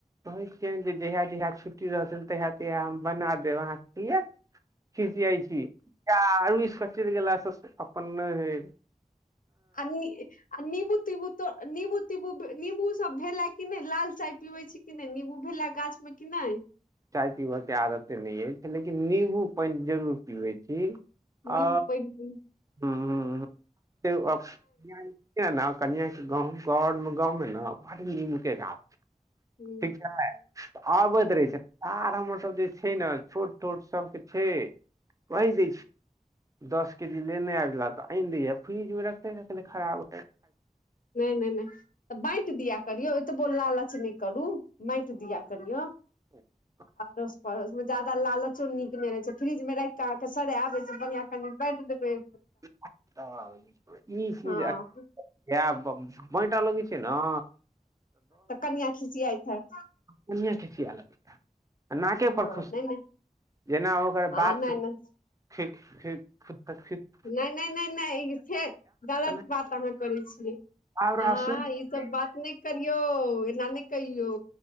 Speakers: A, on the right; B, on the left.
A: कहै छियैन जे जहिया जहिया छुट्टी रहतैन तहिया तहिया हम बना देब अहाँके यै खिशियाइ छी जा <unintelligible> रुसिकऽ चलि गेलासँ अपन नैहर
B: आ नी आ नीबू तीबू तो नीबू तीबू नीबू सब भेला कि नहि लाल चाय पिबे छी कि नहि नीबू भेला गाछ मे कि नहि
A: चाय पीबयके आदते नहि अय लेकिन नीबू पानि जरूर पीबैत छी
B: नीबू
A: आ
B: पानि पी
A: हूँ हूँ क <unintelligible> ने कनिय के गाँव घर मे गाँव मे ने बड़ नीम के गाछ
B: हूँ
A: ठीक छै आबैत रहै छै सार हमर सब जे छै ने छोट छोट सबके छै कही दै छै <unintelligible> दस केजी लेने आबैलैक आनि दैये फ्रिज मे रखले रखले खराब
B: नहि नहि नहि तऽ बाँटि दिया करियौ ओतबो लालच नहि करू बाँटि दिया करियौ
A: ह <inaudible>
B: आरोस परोस उसमे ज्यादा लालच चो नीक नहि रहै छै फ्रिज मे राखिक आहाँ के सड़ॆब ओइसँ बढ़ियाँ कनि बाँटि देबै
A: हच <unintelligible>
B: हँ
A: इए बाँट लगै छै ने
B: तऽ कनियाँ खिसियाइत हैत
A: कनियें खिसिये लगैये <unintelligible> नाके
B: हँ
A: पर खुश
B: नहि नहि
A: जेना ओकर
B: हँ
A: बाप
B: नहि नहि
A: ठीकक <unintelligible>
B: नहि नहि नहि नहि ई फेर गलत
A: कने
B: बात अहाँ करै छियै
A: आब रासुन
B: अहाँ
A: के
B: सब बात नहि करियौ एना नहि कहियौ